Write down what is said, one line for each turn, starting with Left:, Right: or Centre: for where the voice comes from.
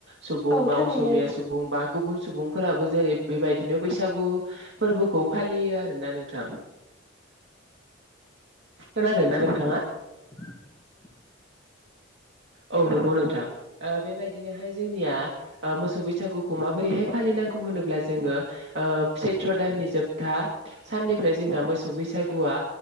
Right: सुबुं
Left: औ
Right: बा
Left: थारैनो
Right: असमिया
Left: नोंथां।
Right: सुबुं बा गुबुन सुबुंफोराबो जेरै बेबायदिनो बैसागु फोरबोखौ फालियो आरोना नोंथां खोनादों ना नोंथाङा?
Left: <inaudible>
Right: औ नंगौ नोंथां ओ बेबायदि बिदिनोहाय जोंनिया मोसौ बैसागुखौ माबोरैहाय फालिनांगौ होनोब्ला जोङो सत्र' दाननि जोबथा साननिफ्राय जोंना मोसौ बैसागुआ